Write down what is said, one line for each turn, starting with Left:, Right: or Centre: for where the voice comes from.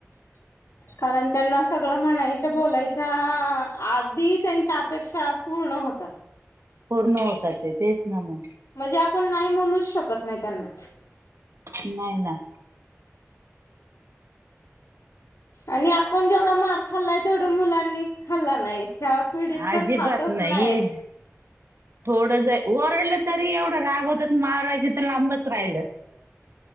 Left: कारण त्यांना सगळं म्हणायचं बोलायच्या आ आ आध ती हि त्यांच्या अपेक्षा पूर्ण होतात
Right: पूर्ण होतात तेच ना मग
Left: म्हणजे आपण नाही म्हणूच शकत नाही त्यांना
Right: नाही ना
Left: आणि आपण जेवढा मार खाल्लाय तेवढा मुलांनी खाल्ला नाही. ह्या पिढीत
Right: अजिबात
Left: तर खातच
Right: नाही
Left: नाहीत
Right: थोडं जर ओरडलं तरी एवढं रागवतात मारायच तर लांबच राहिलं